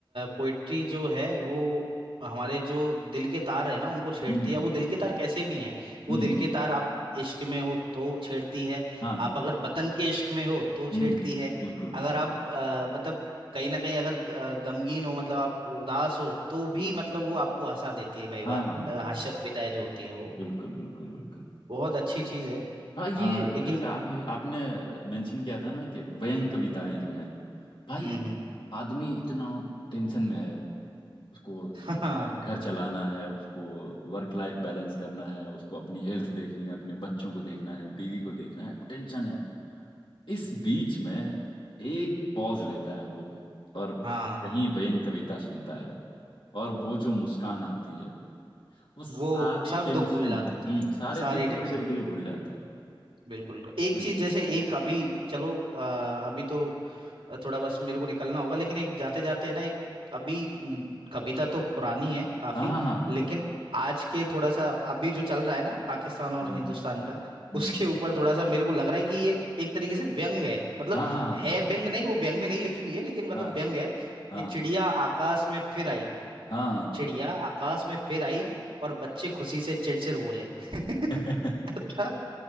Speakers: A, on the right (about 80°); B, on the left (about 70°).
A: पोइट्री जो है वो हमारे जो दिल के तार है ना उनको छेड़ती
B: हम्म
A: है वो दिल के तार कैसे भी हैं वो
B: हम्म
A: दिल
B: हम्म,
A: के तार आप इश्क में हो तो छेड़ती है
B: हाँ
A: आप अगर वतन के इश्क में हो तो छेड़ती
B: हम्म
A: है
B: बिल्कुल
A: अगर
B: बिल्कुल
A: आप अ, मतलब कहीं ना कहीं अगर ग- अ, गमगीन हो मतलब आप उदास हो तो भी
B: हम्म
A: मतलब वो आपको हंसा देती है कई
B: हाँ
A: बार
B: हाँ हाँ
A: अ, हास्य कविताएं जो होती हैं वो
B: बिल्कुल बिल्कुल बिल्कुल
A: बहुत अच्छी चीज है
B: हाँ ये
A: अ, लेकिन
B: जैसे आप आपने मेंशन किया था ना कि व्यंग कविताएं जो हैं भाई
A: हम्म हम्म
B: आदमी इतना टेंशन में है उसको अ,
A: <laughs> हाँ
B: घर चलाना है उसको वर्क लाइफ बैलेंस करना है उसको अपनी हेल्थ देखनी है अपने बच्चों को देखना है बीवी को देखना है टेंशन है इस बीच में एक पॉज लेता है वो और
A: हाँ
B: कहीं व्यंग कविता सुनता है और वो जो मुस्कान आती है वो सारी
A: वो सब
B: टेंशन
A: दुख भुला देती
B: हम्म
A: है
B: सारे
A: सारी
B: दुख थोड़ी
A: टेंशन
B: देर
A: खत्म
B: के लिए भूल जाता है
A: बिल्कुल एक
B: तो ये
A: चीज जैसे एक अभी चलो अ, अभी तो थोड़ा बस मेरे को निकलना होगा लेकिन एक जाते जाते है ना एक अभी म, कविता तो तो पुरानी है काफी
B: हाँ हाँ हाँ
A: लेकिन आज के थोड़ा सा अभी जो चल रहा है ना पाकिस्तान और
B: हम्म
A: हिंदुस्तान का उसके
B: हम्म
A: ऊपर थोड़ा सा मेरे को लग रहा है कि ये एक तरीके से व्यंग है मतलब
B: हाँ हाँ
A: है व्यंग नहीं वो व्यंग में नहीं लिखी हुई है लेकिन मतलब
B: हाँ
A: व्यंग है
B: हाँ
A: कि चिड़िया आकाश में फिर आई
B: हाँ हाँ
A: चिड़िया आकाश में फिर आई और बच्चे खुशी से चिड़चिड़ बोले <laughs>
B: <laughs>
A: मतलब